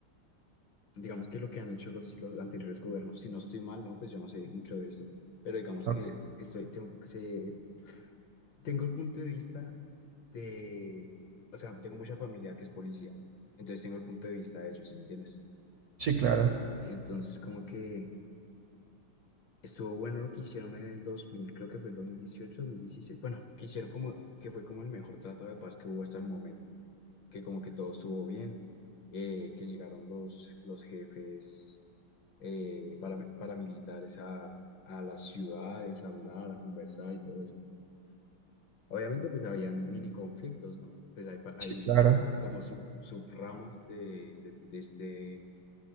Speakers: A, on the left; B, on the right.
A: Digamos que lo que han hecho los, los anteriores gobiernos, si no estoy mal, ¿no? Pues yo no sé mucho de esto, pero digamos
B: Ok.
A: que estoy, tengo, que se- tengo el punto de vista de, o sea, tengo mucha familia que es policía, entonces tengo el punto de vista de ellos, ¿sí me entiendes?
B: Sí, claro.
A: Entonces como que... Estuvo bueno lo que hicieron en el dos mil creo que fue el dos dos mil dieciocho dos mil dieciséis Bueno, que hicieron como, que fue como el mejor trato de paz que hubo hasta el momento, que como que todo estuvo bien, eh, que llegaron los, los jefes eh, para- paramilitares a, a las ciudades a hablar, a conversar y todo eso. Obviamente pues habían mini conflictos, ¿no? Pues hay, pa- hay
B: Sí, claro.
A: como sub, subramas de, de, de este,